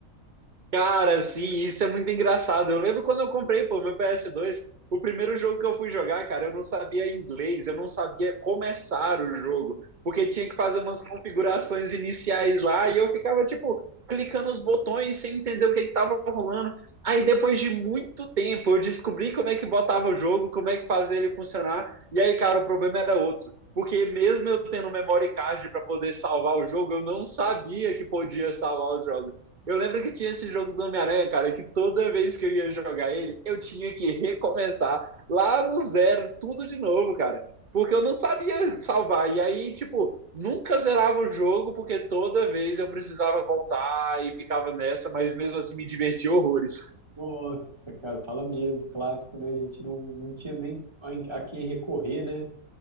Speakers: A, on the right; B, on the right.
A: Cara, sim, isso é muito engraçado. Eu lembro quando eu comprei, pô, meu PS2, o primeiro jogo que eu fui jogar, cara, eu não sabia inglês, eu não sabia começar o jogo, porque tinha que fazer umas configurações iniciais lá e eu ficava, tipo, clicando os botões sem entender o que que tava rolando. Aí depois de muito tempo eu descobri como é que botava o jogo, como é que fazia ele funcionar, e aí, cara, o problema era outro. Porque mesmo eu tendo memory card para poder salvar o jogo, eu não sabia que podia salvar os jogos. Eu lembro que tinha esse jogo do Homem-Aranha, cara, que toda vez que eu ia jogar ele, eu tinha que recomeçar lá no zero, tudo de novo, cara. Porque eu não sabia salvar. E aí, tipo, nunca zerava o jogo, porque toda vez eu precisava voltar e ficava nessa, mas mesmo assim me divertia horrores.
B: Nossa, cara, fala mesmo, clássico, né? A gente não, não tinha nem a em- a quem recorrer, né?